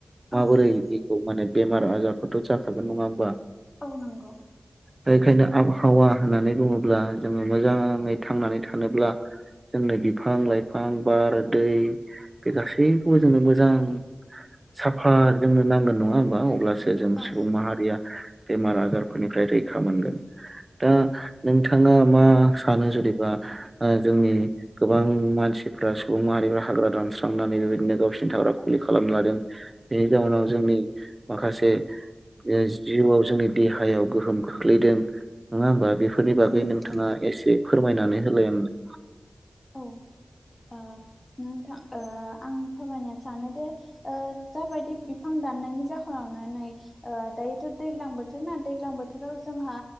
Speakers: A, on the right; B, on the left.
A: माबोरै
B: औ नंगौ
A: बेखौ माने बेमार आजारफोरथ' जाखागोन नङा होमबा।
B: औ नंगौ
A: दा बेखायनो आबहावा होननानै बुङोब्ला जोङो मोजाङै थांनानै थानोब्ला जोंनो बिफां लाइफां बार दै बे गासैखौबो जोंनो मोजां साफा जोंनो नांगोन नङा होमबा अब्लासो जों
B: औ
A: सुबुं माहारिया बेमार आजारफोरनिफ्राय रैखा मोनगोन। दा नोंथाङा मा सानो जुदिबा ओ जोंनि गोबां मानसि सिफ्रा सुबुं माहारिफ्रा हाग्रा दानस्रांनानै बेबायदिनो गावसिनि थाग्रा खुलि खालामना लादों बेनि जाउनाव जों जोंनि माखासे ओ जिउआव जोंनि देहायाव गोहोम खोख्लैदों नोङा होमबा बेफोरनि
B: औ
A: बागै
B: नंगौ
A: नोंथाङा
B: नोंथां
A: एसे फोरमायनानै होलाय आंनो।
B: औ ओ नोंथां ओ आं फोरमायनो सानोदे जाबायदि बिफां दाननायनि जाहोनावनो नै ओ दायोथ' दैलां बोथोर ना दैलां बोथोराव जोंहा